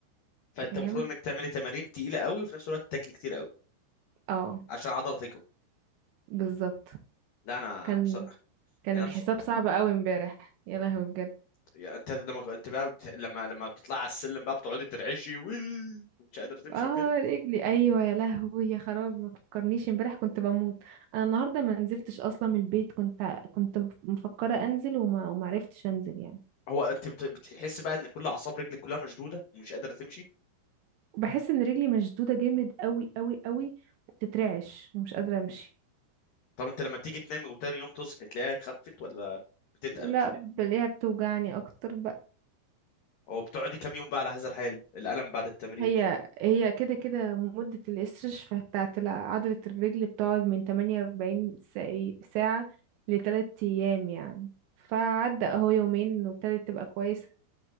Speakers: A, on the left; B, on the right.
A: فانت
B: فهمت
A: المفروض انك تعملي تمارين تقيله قوي وفي نفس الوقت تاكلي كتير قوي
B: اه
A: عشان العضله تكبر
B: بالظبط
A: لا انا
B: كان
A: بصراحه
B: كان
A: يعني
B: الحساب
A: انا بص...
B: صعب قوي امبارح يا لهوي بجد
A: يعني انت لما انت بقى بت... لما لما بتطلع على السلم بقى بتقعدي ترعشي و- ومش قادره تمشي
B: اه
A: وكده
B: رجلي ايوه يا لهوي يا خرابي ما فكرنيش امبارح كنت بموت انا النهارده ما نزلتش اصلا من البيت كنت كنت مفكره انزل وما وما عرفتش انزل يعني
A: هو انت بت... بتحس بقى ان كل اعصاب رجلك كلها مشدوده ومش قادره تمشي
B: بحس ان رجلي مشدوده جامد قوي قوي قوي بتترعش ومش قادره امشي
A: طب انت لما تيجي تنامي وتاني يوم تصحي تلاقيها خفت ولا بتتقل
B: لا بلاقيها بتوجعني اكتر بقى.
A: هو بتقعدي كام يوم بقى على هذا الحال الالم بعد التمرين
B: هي
A: ده
B: هي كده كده مدة الاستشفاء بتاعت الع- عضلة الرجل بتقعد من 48 ساعي- ساعة لتلات أيام يعني فعدى أهو يومين وابتدت تبقى كويسة